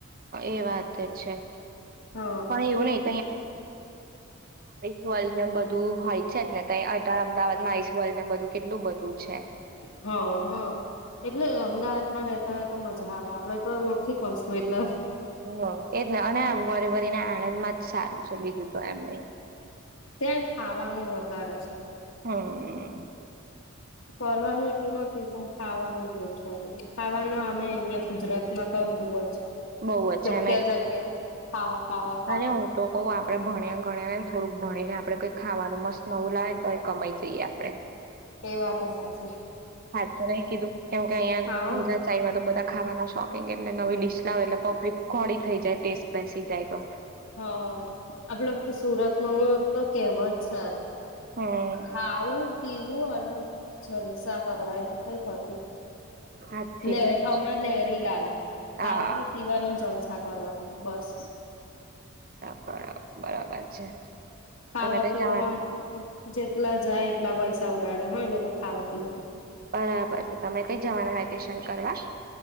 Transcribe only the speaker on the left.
હા
હા હ એટલે અમદાવાદમાં રહતા હોય તો મજા આવે આપડે તો નથી કરતું એટલે
ત્યાં ખાવાનું વધારે છે.
ફરવાનું એટલું નથી પણ ખાવાનું બહુ શ ખાવાનું અમે અહિયાં ગુજરાત ના તો બહુ જ
જગ્યા
જગ્યા ખાવા ખાવા ખાવા
એ વાત એ હાચી.
હા.
હ આપડે સુરતનુ તો કેવ જ છે.
ખાાવુ પીવું અને જલસા કરવા એવું કઈ થતું
લહેરી
અમે લહેરી લલા ખાવાનું
પીવાનું જલસા કરવાનું બસ
ખાવા
પીવામાં
જેટલા જાય એટલા પૈસા ઉડાડે હ એ લોકો ખાવા પીવા